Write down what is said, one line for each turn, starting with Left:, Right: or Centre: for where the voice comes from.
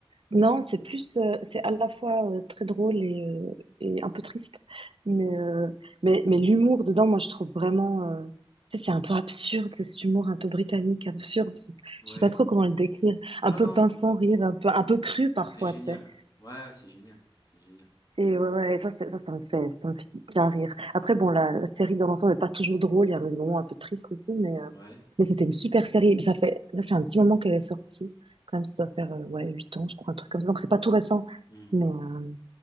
Right: Non, c'est plus, euh, c'est à la fois euh, très drôle et, euh, et un peu triste, mais, euh, mais, mais l'humour dedans, moi, je trouve vraiment, euh, tu sais, c'est un peu absurde, c'est cet humour un peu britannique, absurde, je
Left: Ouais,
Right: je sais pas trop comment le décrire, un
Left: non,
Right: peu
Left: non,
Right: pince sans rire, un peu, un peu cru parfois,
Left: c'est génial.
Right: tu sais.
Left: Ouais, c'est génial, c'est génial.
Right: Et ouais, ouais, ça, c'est- ça, ça me fait, ça me fait bien rire. Après, bon, la, la série dans l'ensemble n'est pas toujours drôle. Il y a des moments un peu tristes aussi, mais, euh,
Left: Ouais.
Right: mais c'était une super série. Ça fait, ça fait un petit moment qu'elle est sortie. Quand même, ça doit faire, euh, ouais, 8 ans, je crois, un truc comme ça. Donc, c'est pas tout récent.
Left: hmm.
Right: Mais, euh,